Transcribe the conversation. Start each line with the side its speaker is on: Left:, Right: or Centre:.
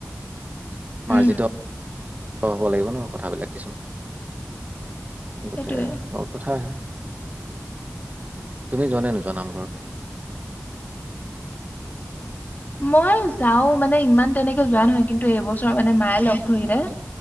Left: উম
Right: মাৰ্জিত হ'ব লাগিব ন কথাবিলাক কিছুমান। গোটেই
Left: সেইটোৱে
Right: বহুত কথা আহে। তুমি যোৱা নে নোযোৱা নামঘৰত।
Left: মই যাওঁ মানে ইমান তেনেকে যোৱা নহয় কিন্তু এইবছৰ মানে মায়ে লগ ধৰিলে
Right: উম